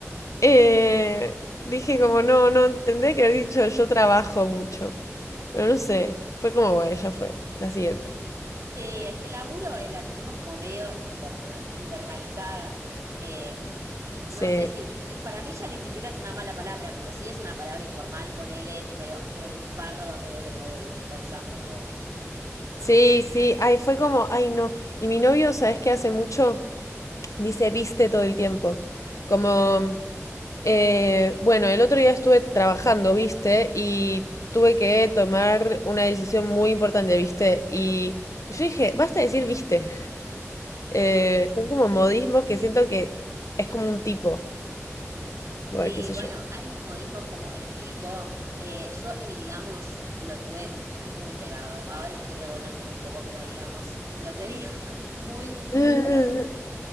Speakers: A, on the left (about 80°); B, on the right (about 75°).
A: Eh, dije como, no, no, tendría que haber dicho yo trabajo mucho. Pero no sé, fue como, bueno, ya fue, la siguiente.
B: Sí, es que el laburo eh, la tenemos como medio interna- internalizada. Eh,
A: Sí,
B: no sé si, yo- para mí ya ni siquiera es una mala palabra, pero sí es una palabra informal, ponele, ti- medio, medio lunfardo, medio que no deberíamos estar usando, pero bueno.
A: sí, sí, ay, fue como, ay, no. Y mi novio, ¿sabes qué hace mucho? Dice viste todo el tiempo. Como, eh, bueno, el otro día estuve trabajando, viste, y tuve que tomar una decisión muy importante, viste. Y, y yo dije, basta de decir viste. Eh, son como modismos que siento que es como un tipo.
B: Sí,
A: Bueno, qué sé
B: bueno,
A: yo.
B: hay modismos como el tipo. eh, yo el digamos lo tuve muy pegado. Ahora estoy regolándolo un poco, pero digamos lo tenía <laughs> muy
A: <laughs>
B: instalado.